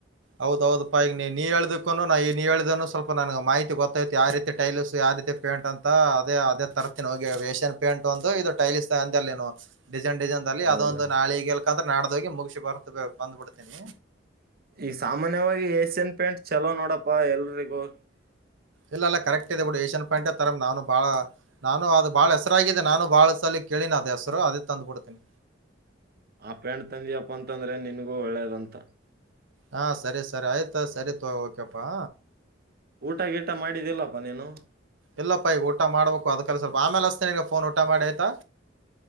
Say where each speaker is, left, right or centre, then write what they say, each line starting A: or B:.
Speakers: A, on the right; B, on the right.
A: ಹೌದೌದಪ್ಪಾ ಈಗ ನೀ ಹೇಳ್ದಕ್ಕೂನು ನಾ ನೀ ಹೇಳ್ದನು ಸ್ವಲ್ಪ ನನಗೆ ಮಾಹತಿ ಗೊತ್ತೈತಿ ಯಾವ ರೀತಿ ಟೈಲ್ಸ್ ಯ ಆದ್ಯತೆ ಪೇಂಟ್ ಅಂತ ಅದೇ ಅದೇ ತರತೀನ ಹೋಗಿ ಏಷ್ಯನ್ ಪೇಂಟ್ ಒಂದು ಇದು ಟೈಲಿಸ್ ಅಂದ ನೀವು ಡಿಸೈನ್ ಡಿಸೈನ್ದಲ್ಲಿ
B: ಹೌದು.
A: ಅದೊಂದು ನಾಳಿಿಗೆ ಎಲ್ಕ ಅ್ರೆ ನಾಡ್ದೋಗಿ ಮುಗಿಸಿಿ ಬರ್ತ ಬಂದ್ಬಿಡ್ತೀನಿ
B: ಈ ಸಾಮಾನ್ಯವಾಗಿ ಏಸಿಯನ್ ಪ್ಯಾಂಟ್ ಚಲೋ ನೋಡಪ್ಪಾ ಎಲ್ರಿಗೂ
A: ಇಲ್ಲಲ್ಲ ಕರೆಕ್ಟ್ ಇದೆ ಬಿಡಿ ಏಷ್ಯನ್ ಪ್ಯಾಂಟ್ ತರ ನಾನು ಬಾಳ ನಾನು ಅದು ಬಾಳ್ ಹೆಸರಾಗಿದೆ ನಾನು ಬಾಳ ಸಲಲಿ ಕೇಳಿನ ಅ್ ಹೆಸರು ಅದ ತಂದು್ ಬಿಡ್ತೀನಿ
B: ಆ ಪ್ಯಾಂಟ್ ತಂದಿಯಪ್ಪ ಅಂತಂದ್ರೆ ನಿನಗೂ ಒಳ್ಳೇದಂತ
A: ಹಾ ಸರಿ ಸರಿ ಆಯ್ತಾ ಸರಿತ ಓಕೆಪ್ಪಾ
B: ಊಟ ಗೀಟ ಮಾಡಿದಿಲ್ಲಪ್ಪ ನೀನು
A: ಇಲ್ಲಪ್ಪ ಈಗ ಊಟ ಮಾಡ್ಬೇಕು ಅದಕ್ಕೆಲ್ಲ ಸ್ವಲ್ಪ ಆಮೇಲೆ ಅಷ್ಟತೇ ನಿಗ ಫೋನ್ ಊಟ ಮಾಡಿ ಆಯ್ತಾ